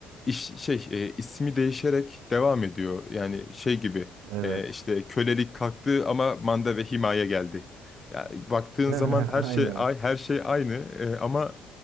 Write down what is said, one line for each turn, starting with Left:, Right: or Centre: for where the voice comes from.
Left: iş, şey e, ismi değişerek devam ediyor. Yani şey gibi
Right: Evet.
Left: e, işte kölelik kalktı ama manda ve himaye geldi. Ya baktığın
Right: <laughs>
Left: zaman her şey
Right: Aynen.
Left: ay her şey aynı e, ama